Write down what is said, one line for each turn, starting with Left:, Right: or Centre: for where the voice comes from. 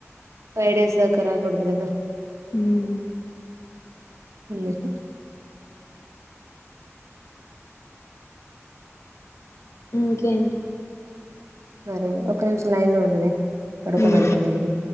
Right: ఫైవ్ డేస్ దాక రాకూడదు కదా
Left: హ్మ్మ్
Right: అందుక
Left: ఇంకేంటి
Right: మరే ఒక నిమిషం లైన్లో ఉండవే పడుకోబెడుతుంది
Left: ఉమ్
Right: అది